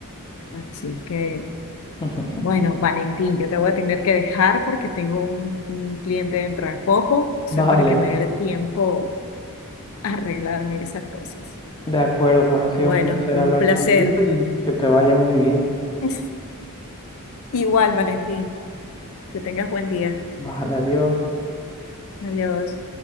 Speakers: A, on the left (about 65°); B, on the left (about 20°).
A: Así que,
B: <laughs>
A: bueno, Valentín, yo te voy a tener que dejar porque tengo un, un cliente dentro de poco. Eso
B: Vale.
A: es para que me dé tiempo a arreglarme esas cosas.
B: De acuerdo, pues ha sido
A: Bueno,
B: un placer
A: fue
B: hablar
A: un placer.
B: contigo y que te vaya muy bien.
A: <laughs> Igual, Valentín, que tengas buen día.
B: Bájale, adiós.
A: Adiós.